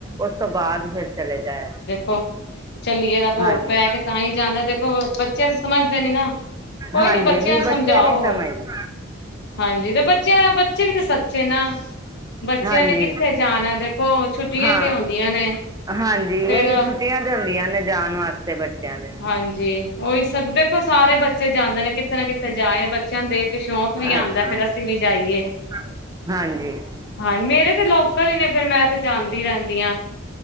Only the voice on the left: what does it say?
ਹੋ, ਚੱਲੀਏ ਤਾਂ ਭੋਗ
ਪੈ ਕੇ ਤਾਂ ਈ ਜਾਂਦੇ ਦੇਖੋ ਬੱਚੇ ਸਮਝਦੇ ਨੀ ਨਾ। ਕੋਈ
ਨੀ ਬੱਚਿਆਂ
ਨੂੰ
ਸਮਝਾਓ,
ਹੋਰ
ਹਾਂਜੀ ਬੱਚਿਆਂ ਦਾ ਬੱਚੇ ਵੀ ਤੇ ਸੱਚੇ ਨਾ। ਬੱਚਿਆਂ
ਨੇ ਕਿੱਥੇ ਜਾਣਾ ਦੇਖੋ ਛੁੱਟੀਆਂ
ਈ ਤੇ ਹੁੰਦੀਆਂ ਨੇ।
ਫੇਰ
ਹਾਂਜੀ, ਓਈ ਸਭ ਦੇਖੋ ਸਾਰੇ ਬੱਚੇ ਜਾਂਦੇ ਨੇ, ਕਿਥੇ ਨਾ ਕਿਤੇ ਜਾਏ ਨੇ ਬੱਚਿਆਂ ਨੂੰ ਦੇਖ ਕੇ ਸ਼ੌਕ ਵੀ
ਆਂਦਾ ਫਿਰ ਅਸੀਂ ਵੀ ਜਾਈਏ।
ਹਾਂ, ਮੇਰੇ ਤੇ ਲੋਕਲ ਈ ਨੇ ਫਿਰ ਮੈਂ ਤੇ ਜਾਂਦੀ ਰਹਿੰਦੀ ਆ।